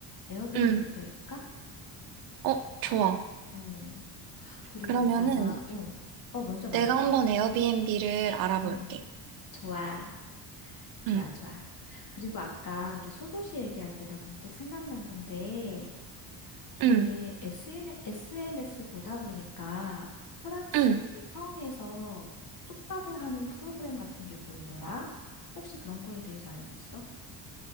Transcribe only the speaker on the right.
응.
어, 좋아.
그러면은
내가 한번 에어비앤비를 알아볼게.
응,
응,
응.